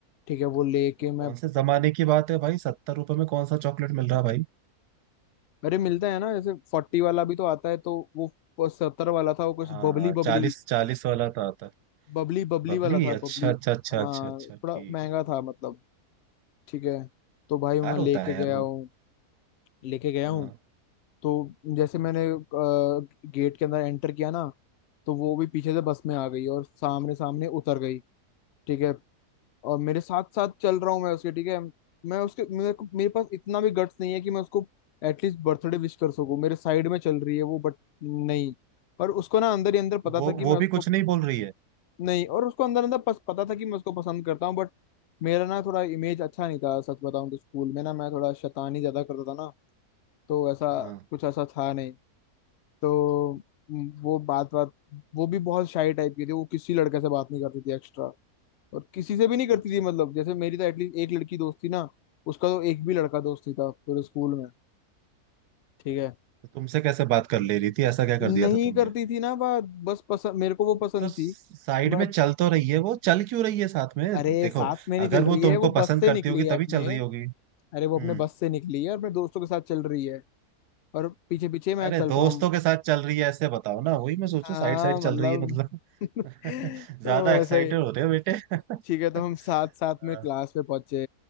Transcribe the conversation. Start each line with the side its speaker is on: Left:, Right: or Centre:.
Left: ठीक है वो लेके
Right: कौन
Left: मैं
Right: से जमाने की बात है भाई सत्तर रुपए में कौन सा चॉकलेट मिल रहा भाई
Left: अरे मिलता है ना जैसे फोर्टी वाला भी तो आता है तो वो सत्तर वाला था वो कुछ
Right: हाँ
Left: बबली बबली
Right: चालीस चालीस वाला था था
Left: बबली बबली
Right: बबली
Left: वाला था
Right: अच्छा
Left: बबली
Right: अच्छा अच्छा
Left: हाँ
Right: अच्छा अच्छा
Left: थोड़ा
Right: ठीक
Left: महंगा
Right: है ठीक
Left: था
Right: है।
Left: मतलब ठीक है तो भाई
Right: बेकार
Left: मैं लेके
Right: होता है
Left: गया
Right: यार वो
Left: हूँ लेके गया
Right: हाँ
Left: हूँ तो जैसे मैंने गेट के अंदर एंटर किया ना तो वो भी पीछे से बस में आ गई और सामने सामने उतर गई ठीक है और मेरे साथ साथ चल रहा हूँ मैं उसके ठीक है मैं उसके मेरे को मेरे पास इतना भी गट्स नहीं है कि मैं उसको एटलीस्ट बर्थडे विश कर सकूं मेरे साइड में चल रही है वो बट नहीं पर उसको ना अंदर ही अंदर पता
Right: तो वो
Left: था कि
Right: वो
Left: मैं
Right: भी
Left: उसको
Right: कुछ नहीं बोल रही है
Left: नहीं और उसको अंदर अंदर पस, पता था कि मैं उसको पसंद करता हूँ बट मेरा ना थोड़ा इमेज अच्छा नहीं था सच बताऊं तो स्कूल में ना मैं थोड़ा शैतानी ज्यादा करता था ना तो ऐसा
Right: हाँ
Left: कुछ ऐसा था नहीं तो म, वो बात बात वो भी बहुत शाई टाइप की थी वो किसी लड़के से बात नहीं करती थी एक्स्ट्रा और किसी से भी नहीं करती
Right: अच्छा
Left: थी मतलब जैसे मेरी तो एटलीस्ट एक लड़की दोस्त थी ना उसका तो एक भी लड़का दोस्त ही था पूरे स्कूल में ठीक है
Right: तो तुमसे कैसे बात कर ले रही थी ऐसा क्या कर
Left: नहीं
Right: दिया था तुमने
Left: करती थी ना बात बस पसंद मेरे को वो पसंद
Right: तो साइड
Left: थी मैं
Right: में चल तो रही है वो चल क्यों रही है साथ में
Left: अरे
Right: देखो
Left: साथ में नहीं
Right: अगर
Left: चल रही
Right: वो तुमको
Left: है वो
Right: पसंद
Left: बस से
Right: करती
Left: निकली
Right: होगी
Left: है
Right: तभी
Left: अपने
Right: चल रही होगी
Left: अरे
Right: हम्म
Left: वो अपने बस से निकली है और अपने दोस्तों के साथ चल रही है और पीछे पीछे मैं
Right: अरे
Left: चल
Right: दोस्तों
Left: रहा हूँ
Right: के साथ चल रही है ऐसे बताओ ना वही मैं सोचू
Left: हाँ
Right: साइड साइड चल
Left: मतलब
Right: रही है मतलब
Left: <laughs>
Right: <laughs> ज्यादा
Left: तो वैसा
Right: एक्साइटेड
Left: ही
Right: हो रहे हो बेटे <laughs>
Left: ठीक है तो
Right: अच्छा,
Left: हम साथ साथ में क्लास पे पहुंचे